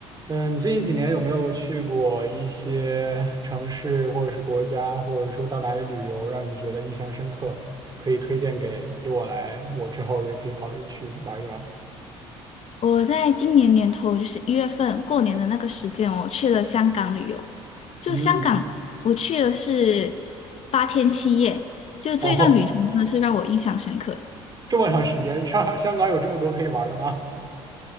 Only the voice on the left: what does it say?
我在今年年头，就是一月份过年的那个时间，我去了香港旅游。就香港，
我去的是八天七夜，就这一段旅程真的是让我印象深刻。